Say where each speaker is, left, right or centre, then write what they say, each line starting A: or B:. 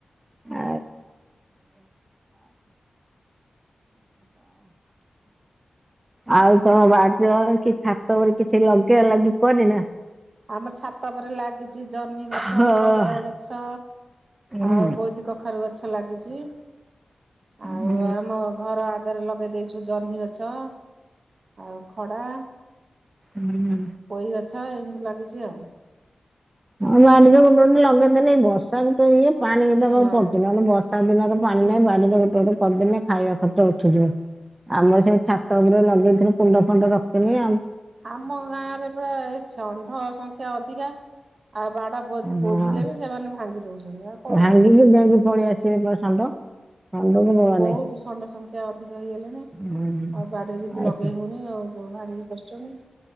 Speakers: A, on the right; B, on the right.
A: <unintelligible> <unintelligible> ଆଉ ତମ ବାଡ଼ିର କି ଛାତ ଉପରେ କିଛି ଲଗିଆ ଲାଗି କରିନା?
B: ଆମ ଛାତ ଓପରେ ଲାଗିଚି ଜହ୍ନି ଗଛ
A: ହଁ
B: କଲରା ଗଛ।
A: ହୁଁ
B: ଆଉ ବୋଇତି କଖାରୁ ଗଛ ଲାଗିଚି ଆଉ
A: ହୁଁ
B: ଆମ ଘର ଆଗରେ ଲଗେ ଦେଇଚୁ ଜହ୍ନି ଗଛ ଆଉ ଖଡ଼ା।
A: ହୁଁ।
B: ପୋଇ ଗଛ ଏମିତି ଲାଗିଚି ଆଉ।
A: ହଁ ବାଡ଼ିରେ ଗୋଟେ ଗୋଟେ ଲଗେଇ ଦେନେ ଏଇ ବ ର୍ଷାକୁ ତ ଇଏ ପାଣି ଦବାକୁ
B: ହଁ
A: ପଡ଼ୁଚି ନହେନେ ବର୍ଷା ଦିନର ପାଣି ନାହିଁ ବାଡ଼ି ରେ ଗୋଟେ ଗୋଟେ କରିଦେନେ ଖାଇବା ଖର୍ଚ୍ଚ ଉଠିଯିବ। ଆମର ସେମି ଛାତ ଓପରେ ଲଗେଇଥିନୁ କୁଣ୍ଡ ଫୁଣ୍ଡ ରଖିଥିନି ଆଉ।
B: ଆମ ଗାଁରେ ପା‌ ଏ ଷଣ୍ଢ ସଂଖ୍ୟା ଅଧିକା। ଆଉ ବାଡ଼ ବୋ ବୋଜିଲେ
A: ହଁ
B: ବି ସେମାନେ ଭାଙ୍ଗି ଦୋଉଚନ୍ତି ଆଉ କଣ
A: ଭାଙ୍ଗିକି
B: କରିବେ
A: ଯାଇଁକି ପଳିଆସିବେ ପା ଷଣ୍ଢ। ଷଣ୍ଢକୁ ମୂଳ
B: ବହୁତ
A: ନାହିଁ
B: ଷଣ୍ଡ ସଂଖ୍ୟା ଅଧିକ ହେଇଗଲେଣି
A: ହୁଁ।
B: ଆଉ ବାଡ଼ିରେ କିଛି
A: ଆଉ
B: ଲଗେଇ
A: କ-
B: ହଉନି ଆଉ। ଗୋ ଭାଙ୍ଗିକି ପଶୁଚନ୍ତି।